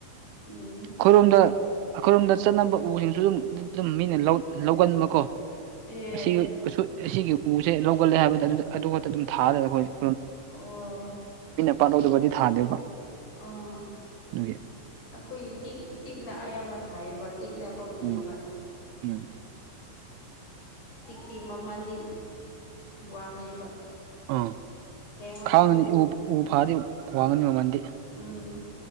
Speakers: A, on the left (about 35°); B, on the right (about 80°).
A: ꯎꯝ
B: ꯈꯨꯔꯨꯝꯗ ꯑꯩꯈꯣꯏꯔꯣꯝꯗ ꯆꯠꯅꯕ ꯎꯁꯤꯡꯁꯨ ꯑꯗꯨꯝ ꯑꯗꯨꯝ ꯃꯤꯅ ꯂꯧꯒꯟꯕꯀꯣ
A: ꯑꯦ
B: ꯑꯁꯤꯒꯤ ꯑꯁꯤꯒꯤ ꯎꯁꯦ ꯂꯧꯒꯜꯂꯦ ꯍꯥꯏꯕꯗ ꯑꯗꯨ ꯑꯗꯨ ꯈꯛꯇ ꯑꯗꯨꯝ ꯊꯥꯔꯒ ꯑꯩꯈꯣꯏ
A: ꯑꯣ
B: ꯄꯥꯣꯗꯨꯕꯨꯗꯤ ꯊꯥꯗꯦꯕ
A: ꯑꯣ
B: ꯑꯗꯨꯒꯤ
A: ꯑꯩꯈꯣꯏꯒꯤ ꯇꯤꯛ ꯇꯤꯛꯅ ꯑꯌꯥꯝꯕ ꯊꯥꯏꯌꯦꯕ ꯇꯤꯛꯅ ꯄꯛꯅꯩꯕ
B: ꯎꯝ ꯎꯝ
A: ꯇꯤꯛꯇꯤ ꯃꯃꯜꯗꯤ ꯋꯥꯡꯉꯦꯕ
B: ꯑ
A: ꯂꯩꯍꯥꯎꯁꯨ
B: ꯈꯥꯅꯤ ꯎ ꯐꯥꯗꯤ ꯋꯥꯉꯅꯤꯃꯟꯗꯤ
A: ꯎꯝ